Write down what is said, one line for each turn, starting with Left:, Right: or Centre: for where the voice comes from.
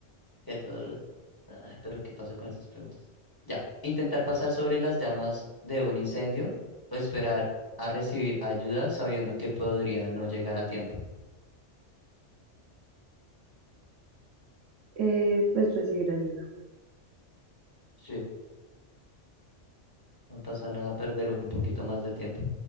Left: Que todo lo- Ay, pero ¿qué pasa con estas preguntas? Ya. Intentar pasar sobre las llamas de un incendio o esperar a recibir ayuda sabiendo que podría no llegar a tiempo.
Right: Eh, pues recibir ayuda.
Left: Sí, no pasa nada perder un poquito más de tiempo.